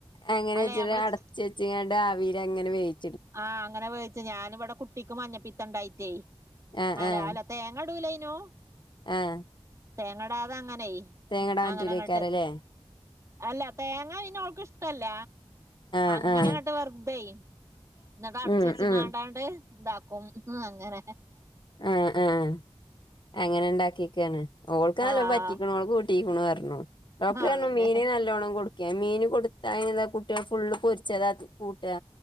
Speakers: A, on the left; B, on the right.
A: അങ്ങനെ
B: അല്ലെ
A: വെച്ചിട്ട.
B: നമ്മള്
A: ചേച്ചിയണ്ട ആവിലങ്ങനെ വേവി
B: ആഹ് അങ്ങനെ വേവിച്ച, ഞാന് ഇവടെ കുട്ടിക്ക് മഞ്ഞപ്പീത്തണ്ടായിട്ടേ.
A: ആഹ്
B: അല്ലലാ
A: ആഹ്
B: തേങ്ങടുലെനു
A: ആഹ്
B: തേങ്ങടാതങ്ങനെ
A: തേങ്ങടാൻ
B: അങ്ങനെ
A: പറ്റൂലേക്കാരല്ലേ
B: ഇങ്ങട്ട് അല്ല തേങ്ങ പിന്നെ ഓ ൾക്ക് ഇഷ്ല്ല.
A: ആഹ്
B: അങ്ങനെങ്ങട്ട്
A: ആഹ്
B: വെർതെ ഇന്നട്ടടച്ചച്ച്
A: ഉം ഉം
B: കാണ്ടാണ്ട് ഇതാക്കും അങ്ങനെ
A: ആഹ് ആഹ് അങ്ങനെ ഇണ്ടാക്കിയെക്കാണ്. ഓൾക്ക് നല്ലോ
B: ആഹ്
A: പറ്റിക്ക്ണ് ഓള് കൂ ട്ടിക്ക്ണുറഞ്ഞു. ഡോക്ടർ
B: അതന്നെ
A: മീന് നല്ല ലോണം കൊടുക്കെ മീന് കൊടുത്താ അയിനെന്താ കുട്ടിയേള് ഫുള്ള് പൊരിച്ചതാ തി കൂട്ടാ